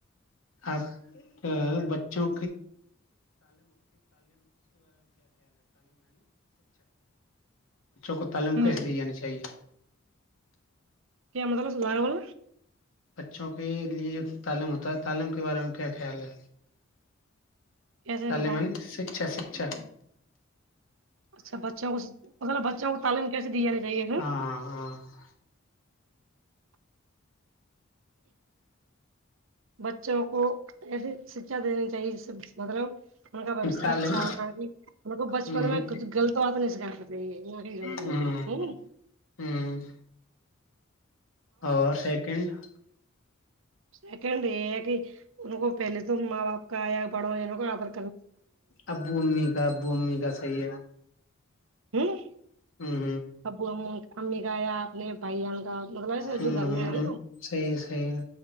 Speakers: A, on the left; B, on the right.
A: <inaudible> بچوں کو تعلیم کیسے
B: ہوں
A: دی جانی چاہیے
B: کیا ہممارلاس لا ہوول
A: بچوں کے لیے جو تعلیم ہوتا ہے تعلیم کے بارے میں کیا خیال ہے
B: کیسے
A: تہے
B: بتاؤں
A: م شکچھا شا اچھا
B: اچھا بچوں کو مطلب بچوں کو تعلیم کیسے دی جانی چاہیے
A: ہاں ہاں ہاں
B: بچوں کو ای شکچا دین چاہیے سم <inaudible> مطلب ان کا
A: تعلیم
B: اچھا ہونا ان کو بچپن
A: ہ
B: میں کچھ غلط بات نہیں
A: ہ
B: <unintelligible> <unintelligible>
A: ہ اور سیکنڈ <unintelligible>
B: سیکنڈ یہ ہے کہ ان کو پہلے تو ماں باپ کایا پڑو ان کو آر
A: ابو امی کا ابو امی کا صحیح ہے
B: ہوں
A: ہ
B: اب ہم امی گایا آپ نے بھائی جان کا مطلب ایسے
A: ہ ہ
B: جو گھر میں ہے
A: ہ
B: نا
A: صحیح ہے صحیح ہے